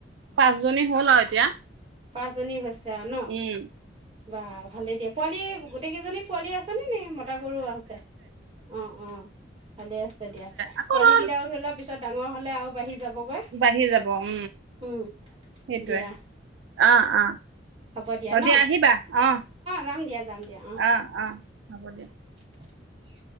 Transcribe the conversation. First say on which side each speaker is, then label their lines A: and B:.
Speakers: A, on the right (about 75°); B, on the right (about 30°).
A: পাঁচজনী হ'ল আৰু এতিয়া
B: পাঁচজনী হৈছ তে আন
A: উম
B: বাহ ভালে দিয়া পোৱালি গোটেই কেইজনী পোৱালি আছ উ নে মতা গৰু আছে অ অ ভালে আছে দিয়া
A: আকৌ
B: পোৱালি
A: ধৰা
B: কেইটাও ধৰিলা পিছত ডাঙৰ হলে আৰু বাঢ়ি যাবগৈ
A: বাঢ়ি যাব উম
B: উম
A: সেইটোয়ে
B: দিয়া
A: অ অ
B: হ'ব
A: অ
B: ন
A: দিয়া আহিবা অ
B: যাম দিয়া যাম দিয়া
A: অ অ হব দিয়া।
B: <inaudible>